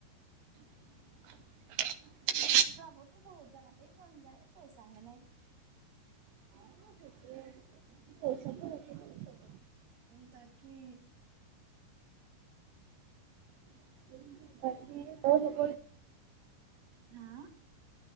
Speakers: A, on the right; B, on the right.
A: <inaudible> <unintelligible>
B: যাবতো বহুত জাগাতেই মন যায়, পইচাহে নাই।
A: <unintelligible>
B: উম, তাকে।
A: <unintelligible>
B: হা।